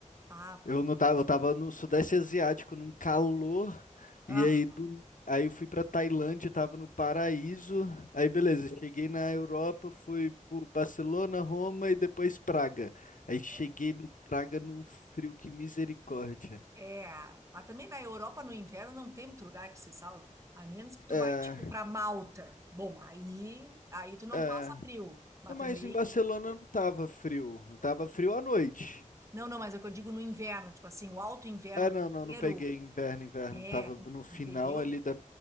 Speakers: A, on the right; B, on the left.
A: ah,
B: eu
A: pois.
B: não tava, eu tava no Sudeste Asiático, num calor
A: Ah,
B: E aí, do- aí eu fui pra Tailândia, tava no paraíso. Aí beleza, cheguei na Europa, fui pro Barcelona, Roma e depois Praga. Aí
A: é.
B: cheguei em Praga num frio que misericórdia.
A: É, mas também na Europa no inverno não tem muito lugar que se salve, a menos que tu
B: É,
A: vai tipo para Malta. Bom, aí, aí tu não
B: é.
A: passa frio, mas
B: Não,
A: também
B: Mas em Barcelona não tava frio, tava frio à noite.
A: Não, não, mas é o que eu digo no inverno, tipo assim, o alto inverno,
B: É, não, não,
A: janeiro,
B: não peguei inverno, inverno.
A: é,
B: Tava no final
A: entendeu?
B: ali da,